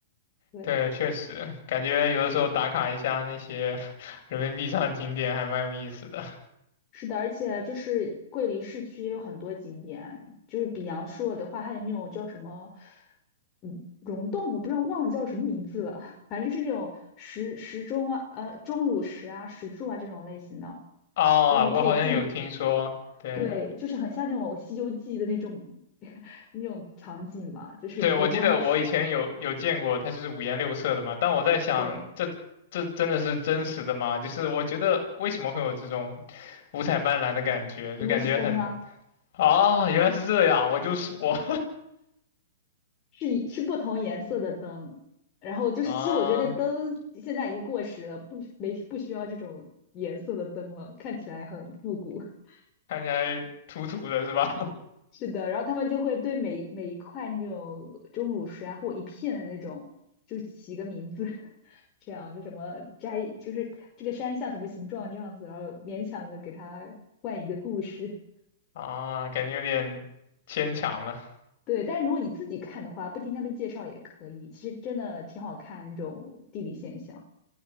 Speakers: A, on the left; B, on the left.
A: 对，
B: 对，确实感觉有的时候打卡一下那些人民币上的景点还蛮有意思的。
A: 是的，而且就是桂林市区也有很多景点，就是比阳朔的话，它有那种叫什么，嗯，溶洞，我不知道忘了叫什么名字了，<laughs> 反正就是那种石石钟啊，呃，钟乳石啊、石柱啊这种类型的，
B: 啊，
A: 就是你可以进，
B: 我好像有听说，对，
A: 对，就是很像那种《西游记》的那种 <laughs> 那种场景嘛，就是五官石，
B: 对，我记得我以前有有见过，它就是五颜六色的嘛。但我在想，
A: 对，
B: 这这真的是真实的吗？就是我觉得为什么会有这种五彩斑斓的感觉，就感觉很
A: 因为是灯啊。
B: 啊，原来是这样，我就说
A: 是一是不同颜色的灯，然后就是其实我觉得灯现在已经过时了，
B: <laughs> 啊，
A: 不没不需要这种颜色的灯了，看起来很复古。<laughs>
B: 看起来土土的是吧？
A: 是的，然后他们就会对每每一块那种钟乳石啊，或一片的那种，就起个名字，<laughs> 这样就什么摘，就是这个山像什么形状这样子，然后勉强的给它换一个故事。
B: <laughs> 啊，感觉有点牵强了。
A: 对，但如果你自己看的话，不听他们介绍也可以，其实真的挺好看那种地理现象。